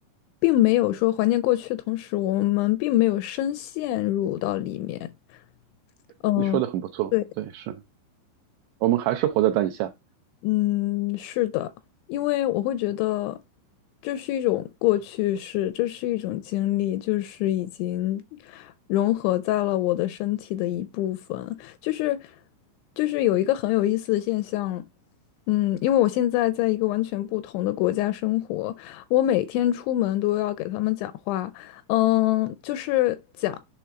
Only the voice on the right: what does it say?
你说的很不错，
对，是我们还是活在当下，